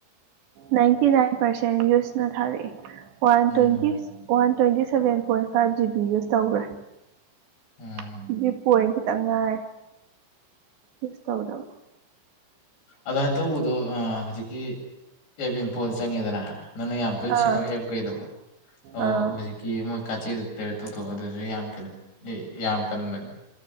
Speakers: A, on the right; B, on the left.
A: ꯅꯥꯏꯟꯇꯤ ꯅꯥꯏꯟ ꯄꯥꯔꯁꯦꯟ ꯌꯨꯁꯅ ꯊꯥꯔꯛꯦ ꯋꯥꯟ
B: ꯎꯝ
A: ꯇ꯭ꯋꯦꯟꯇꯤ one twenty seven point five G B ꯌꯨꯁ ꯇꯧꯈ꯭ꯔꯦ
B: ꯎꯝ
A: ꯑꯗꯨꯗꯤ ꯄꯣꯏꯟ ꯈꯤꯇꯪ ꯉꯥꯏꯔꯦ ꯌꯨꯁ ꯇꯧꯗꯕ
B: ꯑꯗꯨꯃꯥꯏꯅ ꯇꯧꯕꯗꯣ ꯍꯧꯖꯤꯛꯀꯤ ꯑꯦꯞ ꯏꯝꯐꯣꯗ ꯆꯪꯉꯦꯗꯅ ꯅꯪꯅ ꯌꯥꯝ ꯇꯣꯏꯅ
A: ꯑꯥ
B: ꯁꯤꯟꯅꯕ ꯑꯦꯞ ꯀꯩꯗꯣ ꯑꯧ
A: ꯑꯥ
B: ꯍꯧꯖꯤꯛ ꯀꯤ ꯃꯣꯏ ꯀꯥꯆꯦꯗꯣ ꯀ꯭ꯂꯤꯌꯔ ꯇꯧꯊꯣꯛꯑꯣ ꯑꯗꯨꯁꯨ ꯌꯥꯝ ꯀꯩꯅꯣ ꯑꯦ ꯌꯥꯝ ꯀꯟꯕꯅꯦ